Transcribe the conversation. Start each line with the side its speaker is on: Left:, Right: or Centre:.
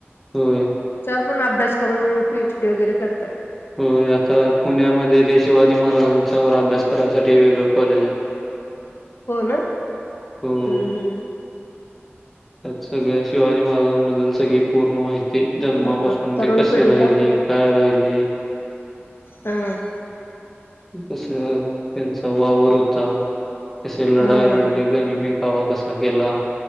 Centre: होय.
Left: आपण अभ्यास करून पीएच डी वगैरे करतात.
Centre: हो आता पुण्यामध्ये ते शिवाजी महाराजांच्या व अभ्यास करायसाठी वेगळ कॉलेज आहे.
Left: <inaudible> हो ना
Centre: हो
Left: हम्म हम्म.
Centre: त्यात सगळ्या शिवाजी महाराजांबद्दल सगळी पूर्ण माहिती ते जन्मापासून
Left: हा तरुण
Centre: ते कसे
Left: पिढीला
Centre: राहिले काय राहिले
Left: हा.
Centre: कसं त्यांचा वावर होता कसे लढाया
Left: हा
Centre: लढले गणिमी कावा कसा केला?